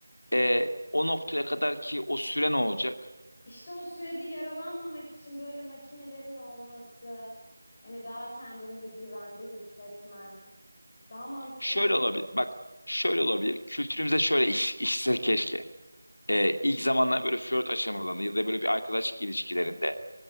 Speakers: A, on the left; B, on the left.
A: e, o noktaya kadar ki o süre ne olacak?
B: İşte o sürede yaralanmamak için böyle makinelerin olması, hani daha kendini de güvende hissetmen daha mantıklı
A: Şöyle
B: değil
A: olabilir.
B: mi?
A: Bak şöyle olabilir. Kültürümüze şöyle iş, işse keşke. E, ilk zamanlar böyle flört aşamalarında ya da böyle bir arkadaşlık ilişkilerinde